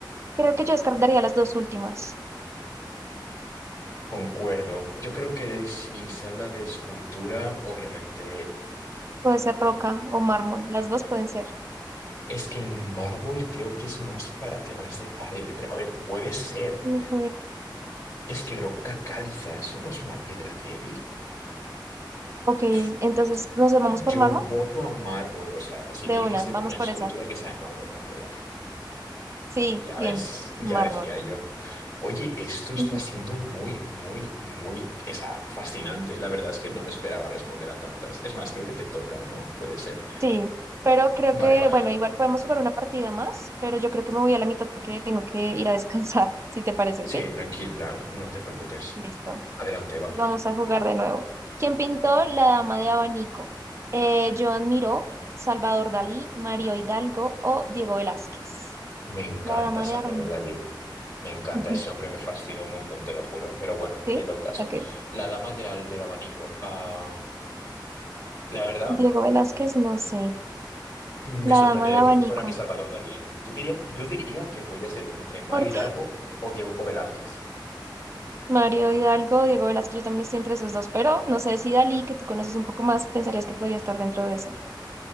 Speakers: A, on the right; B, on the left.
A: Creo que yo descartaría las dos últimas.
B: Concuerdo. Yo creo que si se habla de escultura, obviamente,
A: Puede ser roca o mármol. Las dos pueden ser.
B: es que el mármol creo que es más para temas de pared. Pero a ver, puede ser.
A: Ok,
B: Es que roca cáliza, eso no es una piedra débil.
A: ok,
B: Uf,
A: entonces nos vamos
B: yo
A: por mármol.
B: voto a mármol. O sea, si
A: De
B: tiene
A: una,
B: que ser
A: vamos
B: una
A: por
B: escultura
A: esa.
B: que sea de mármol, dale, dale.
A: Sí,
B: Ya
A: bien,
B: ves, ya
A: mármol.
B: decía yo. Oye, esto está
A: <laughs>
B: siendo muy, muy, muy, esa, fascinante. La verdad es que no me esperaba responder a tantas. Es más, creo que te toca, ¿no? Puede ser.
A: Sí, pero creo
B: Vale,
A: que,
B: va.
A: bueno, igual podemos jugar una partida más, pero yo creo que me voy a la mitad porque tengo que ir a descansar, <laughs> si te parece, ¿sí?
B: Sí, tranquila, no te preocupes.
A: Listo.
B: Adelante, va.
A: Vamos a jugar de nuevo. ¿Quién pintó la dama de abanico? Eh, Joan Miró, Salvador Dalí, Mario Hidalgo o Diego Velázquez.
B: Me encanta
A: La dama
B: Salvador
A: de abanico.
B: Dalí. Me encanta
A: <laughs>
B: ese hombre, me fascina un montón, te lo juro. Pero bueno,
A: ¿Sí?
B: yendo al caso.
A: Ok.
B: La dama de al del abanico. ah, la verdad,
A: Diego Velázquez, no sé.
B: me
A: La
B: sorprendería
A: dama de abanico.
B: que fuera mi Salvador Dalí. Yo diría, yo diría que podría ser entre Mario
A: Por
B: Hidalgo o Diego Velázquez.
A: <laughs> Mario Hidalgo, Diego Velázquez, yo también estoy entre esos dos, pero no sé si Dalí, que tú conoces un poco más, pensarías que podría estar dentro de eso.